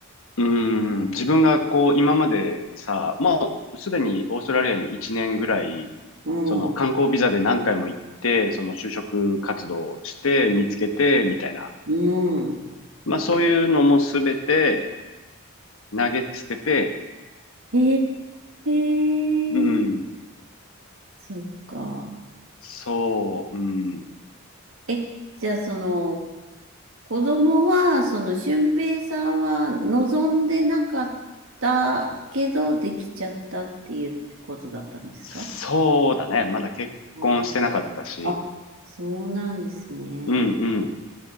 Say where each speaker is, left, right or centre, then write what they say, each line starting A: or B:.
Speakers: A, on the left; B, on the right.
A: うん。自分がこう、今までさ、もうすでにオーストラリアに1年ぐらい、
B: うん。
A: その観光ビザで何回も行って、その就職活動して、見つけて、みたいな。
B: うん。
A: まあそういうのもすべて投げ捨てて、
B: へえ
A: うん、
B: そっか。
A: そう、うん、
B: え、じゃあその、子供は、その、俊平さんは望んでなかったけど、できちゃったっていうことだったんですか
A: そうだね。まだ結婚してなかったし、
B: ああ、そうなんですね。
A: うんうん。